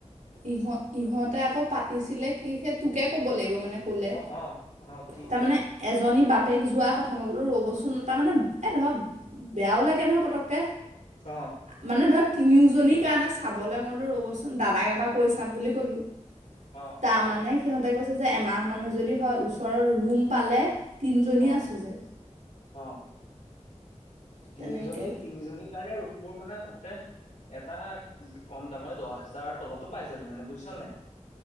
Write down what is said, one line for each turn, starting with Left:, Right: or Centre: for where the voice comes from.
Right: ইহ ইহঁতে আকৌ পাতিছিলে কি সেই তোকে ক'ব লাগিব। মানে কলে
Left: অ অ অ কি
Right: তাৰ
Left: কি
Right: মানে এজনী বাপ। বাপেক যোৱা কথা মই বোলো ৰ'বচোন তাৰ মানে এই ধৰ বেয়াও লাগে নহয় পতকে
Left: অ
Right: মানে ধৰক তিনিওজনীৰ কাৰণে চাবলৈ মইলো ৰ'বচোন দাদাক এবাৰ কৈ চাম বুলি ক'লো
Left: অ অ
Right: তাৰ মানে সিহঁতে কৈছে যে এমাহ মানুহ যদি হয় ওচৰৰ ৰুম পালে। তিনিজনী
Left: অ
Right: আছো যে
Left: অ তিনিজনী
Right: তেনেকে
Left: তিনিজনীৰ কাৰণে ৰুমবোৰ মানে তহতে এটা কম দামতে দহ হোজাৰৰ তলতো পাই যাবি মানে বুজিছ নাই